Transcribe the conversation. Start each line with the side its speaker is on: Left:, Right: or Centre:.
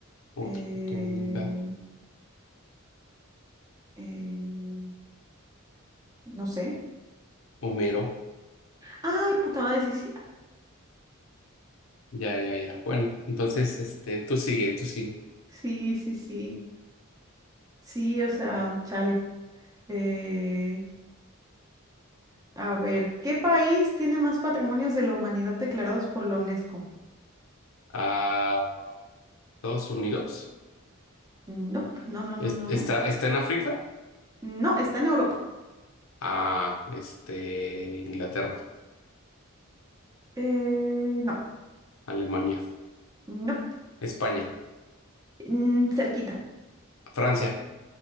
Left: otra
Right: eh,
Left: oportunidad.
Right: eh, no sé.
Left: Homero.
Right: Ay, puta madre, sí, sí.
Left: Ya, ya, ya. Bueno, entonces, este, tú sigue, tú sigue.
Right: Sí, sí, sí. Sí, o sea, chale. Eh, a ver, ¿qué país tiene más patrimonios de la humanidad declarados por la UNESCO?
Left: Ah, Estados Unidos.
Right: Nope, no, no, no,
Left: Es-
Right: no, no.
Left: ¿Está, está en África?
Right: No, está en Europa.
Left: Ah, este, Inglaterra,
Right: Eh, no.
Left: Alemania,
Right: No.
Left: España,
Right: Mm, cerquita.
Left: Francia.